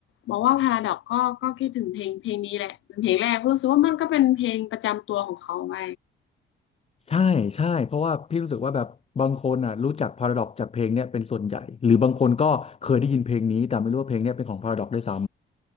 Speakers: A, on the left; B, on the left.
A: บอกว่าพาราดอกก็ก็คิดถึงเพลงเพลงนี้แหละเป็นเพลงแรกรู้สึกว่ามันก็เป็นเพลงประจำตัวของเขาไป
B: ใช่ใช่เพราะว่าพี่รู้สึกว่าแบบบางคนอ่ะรู้จักพาราดอกจากเพลงเนี้ยเป็นส่วนใหญ่หรือบางคนก็เคยได้ยินเพลงนี้แต่ไม่รู้ว่าเพลงเนี้ยเป็นของพาราดอกด้วยซ้